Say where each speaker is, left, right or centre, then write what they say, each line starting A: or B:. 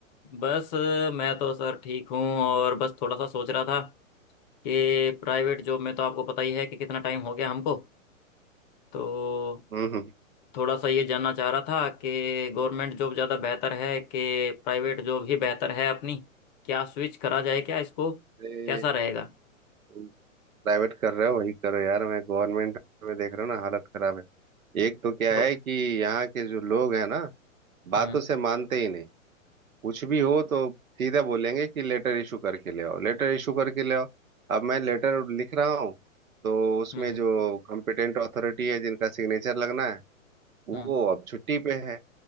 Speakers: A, on the left; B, on the right.
A: बस अ, मैं तो सर ठीक हूँ और बस थोड़ा सा सोच रहा था कि प्राइवेट जॉब में तो आपको पता ही है कि कितना टाइम हो गया हमको तो
B: हम्म हम्म।
A: थोड़ा सा ये जानना चाह रहा था कि गवर्नमेंट जॉब ज़्यादा बेहतर है कि प्राइवेट जॉब ही बेहतर है अपनी क्या स्विच करा जाए क्या इसको
B: अरे
A: कैसा रहेगा
B: तुम प्राइवेट कर रहे हो वही करो यार मैं गवर्नमेंट में देख रहा हूँ ना हालत खराब है एक तो क्या
A: ग-
B: है कि यहाँ के जो लोग हैं ना बातों
A: हम्म
B: से मानते ही नहीं कुछ भी हो तो सीधे बोलेंगे कि लेटर इशू करके ले आओ लेटर इशू करके ले आओ अब मैं लेटर लिख रहा हूँ तो उसमें
A: हम्म
B: जो कॉम्पिटेंट अथॉरिटी है जिनका सिग्नेचर लगना है वो
A: हम्म
B: अब छुट्टी पे है